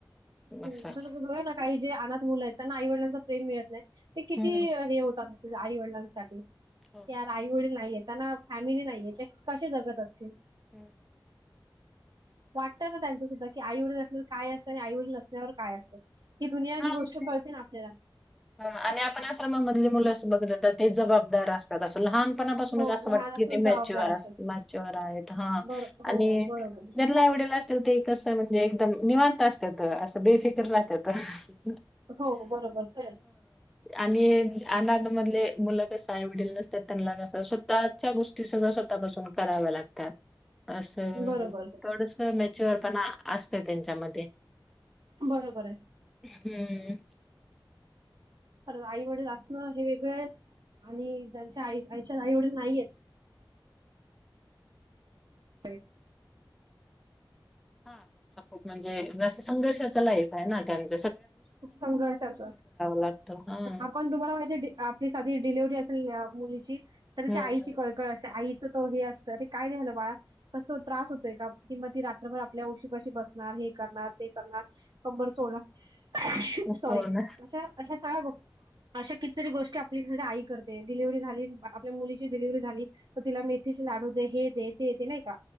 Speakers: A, on the right; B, in the centre.
A: <unintelligible>
B: असं.
A: काही जे अनाथ मुलं आहेत ना आईवडीलांचा प्रेम मिळत नाय. ते किती
B: हं.
A: हे होत अस आई वडिलांसाठी की
B: हो ना.
A: यार आई वडील नाहीयेत. त्यांना फॅमिली नाही या कसे जगत असतील
B: हं.
A: वाटतं ना त्यांच सुद्धा की आई वडील असल्यावर काय असतं आणि आई वडील अससण्यावर काय असतं की दुनिया
B: हां
A: ही गोष्ट
B: म्हणजे
A: कळते ना आपल्याला
B: हां आणि आपण आश्रमामधली मुलं असं बघत जातात ते जबाबदार असतात असं लहानपणापासून
A: हो
B: असं
A: लहान
B: वाटतं की
A: असून
B: ते
A: जबाबदार
B: मॅच्युर
A: असतात.
B: मॅच्युर आहेत हा
A: बर हो
B: आणि
A: बरोबर
B: जरला आवडेल असतील ते कसं म्हणज म्हणजे एकदम निवांत असतेेत असं बेफिकर राहत्यातत ह
A: हो बरोबर खरंच
B: आणि अ ध मुलं कस आई वडील नसतात त्यांना कस स्वतःच्या गोष्टी सगळ स्वतःपासून कराव्या लागतात अस
A: बरोबर
B: थोडस मेच्युअर पण अस त्यांच्यामध्ये
A: बरोबर आहे
B: हम्म
A: खरं आई वडील असणं हे वेगळं आणि त्यांच्या आई आईच्या आई वडील नाहीयेत ते
B: ह खूप म्हणजे संघर्षाचं लाइफ आहे ना त्यांच
A: संघर्षाच
B: लागतो. हां.
A: आपण तुम्हाला माहितीय आपली साधी डिलिव्हरी अस मुलीची तर
B: हं.
A: त्या आईची कळकळ असते आई तवा हे असतं. अरे काय झालं बाळा कस त्रास होतोय का? म ती रात्रभर आपल्या उशीपाशी बसणार. हे करणार ते करणार. कंबर चोळनार <unintelligible>
B: हो
A: सॉरी
B: ना,
A: अशा अशा सगळ्या गोष्टी अशा किती तरी गोष्टी आपलीकडे आई करते. डिलिव्हरी झाली, आपल्या मुलीची डिलिव्हरी झाली तर तिला मेथीचे लाडू दे. हे दे, ते दे नाही का?